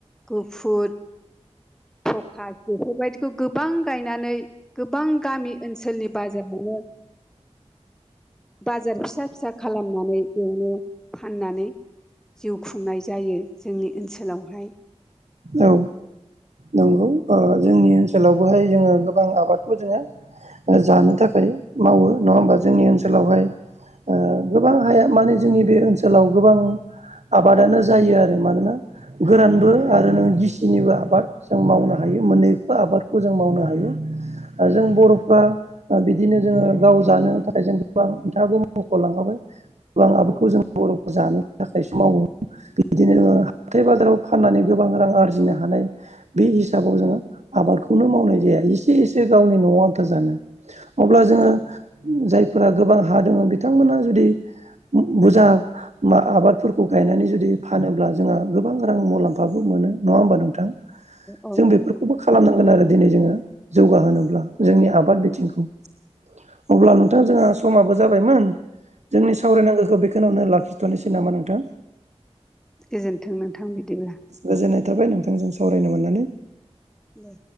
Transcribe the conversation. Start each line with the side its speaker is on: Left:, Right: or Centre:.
Centre: गुफुर फखा बेफोर बायदि गोबां गायनानै गोबां गामि ओनसोलनि बाजारावनो बाजार फिसा फिसा खालामनानै बेयावनो फाननानै जिउ खुंनाय जायो जोंनि ओनसोलावहाय।
Right: औ नंगौ जोंनि ओनसोलावबोहाय जोङो गोबां आबादखौ जोङो जानो थाखाय मावो नङा होमबा जोंनि ओनसोलावहाय ओ गोबां हाया माने जोंनि बे ओनसोलाव गोबां आबादानो जायो आरो मानोना गोरानबो आरो नों गिसिनिबो आबाद जों मावनो हायो मोन्नैबो आबादखौ जों मावनो हायो। ओ जों बर'फ्रा ओ बिदिनो जोङो गाव जानो थाखाय जों गोबां नोंथाङाबो मख'लांखाबाय गोबां आबादखौ
Centre: औ
Right: जों बर'खौ जानो थाखायसो मावो बिदिनो जोङो हाथाय बाजाराव फाननानै गोबां रां आरजिनो हानाय बे हिसाबाव जोङो आबादखौनो मावनाय जाया एसे एसे गावनि न'आव आन्था जानो अब्ला जोङो जायफोरा गोबां हा दङ बिथांमोना जुदि बुरजा मा आबादफोरखौ गायनानै जुदि फानोब्ला जोंहा गोबां रां मुलाम ओबो- मोनो नङा होमबा नोंथां?
Centre: औ
Right: जों
Centre: नोंथां
Right: बेफोरखौबो खालामनांगोन आरो दिनै जोङो जौगाहोनोब्ला जोंनि आबाद बिथिंखौ अब्ला नोंथां जोंहा समाबो जाबायमोन। जोंनि सावरायनांगौखौ बेखौावनो लाखिथ'नोसै नामा नोंथां?
Centre: गोजोनथों नोंथां बिदिब्ला।
Right: गोजोन्नाय थाबाय नोंथांजों सावरायनो मोननानै।
Centre: दे